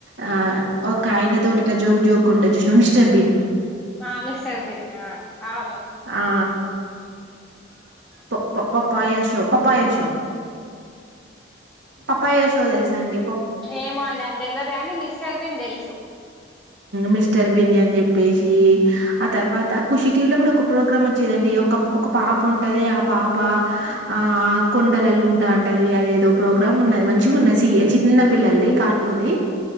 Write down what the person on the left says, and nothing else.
మామిసర్ బిన్న అవును
ఏమో అండి అది తెలియదు కానీ మిస్టర్ బిన్ తెలుసు